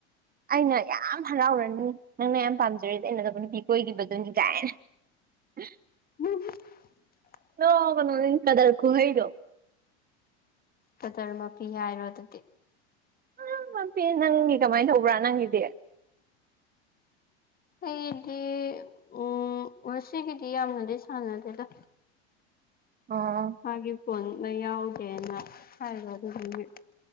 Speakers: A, on the right; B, on the left.
A: ꯑꯩꯅ ꯌꯥꯝ ꯍꯔꯥꯎꯔꯅꯤ ꯅꯪꯅ ꯌꯥꯝ ꯄꯥꯝꯖꯔꯤꯗꯤ ꯑꯩꯅ ꯑꯇꯣꯞꯄ ꯅꯨꯄꯤ ꯀꯣꯏꯒꯤꯕꯗꯨꯅꯤ ꯀꯥꯏꯅ <unintelligible>
B: <unintelligible>
A: ꯅꯥꯎꯒꯅꯨꯍꯦ ꯀꯗꯔ ꯈꯨꯍꯩꯗꯣ
B: ꯀꯗꯔ ꯃꯞꯄꯤ ꯍꯥꯏꯔꯣ ꯑꯗꯨꯗꯤ
A: ꯑ ꯃꯄꯤꯅꯤ ꯅꯪꯒꯤ ꯀꯃꯥꯏꯅ ꯇꯧꯕ꯭ꯔꯥ ꯅꯪꯒꯤꯗꯤ
B: ꯑꯩꯗꯤ ꯎꯝ ꯉꯁꯤꯒꯤꯗꯤ ꯌꯥꯝꯅꯗꯤ ꯁꯥꯟꯅꯗꯦꯗ
A: ꯑꯣ
B: ꯃꯥꯒꯤ ꯐꯣꯟꯅ ꯌꯥꯎꯒꯦꯅ ꯍꯥꯏꯕ ꯑꯗꯨꯗꯨꯅꯤ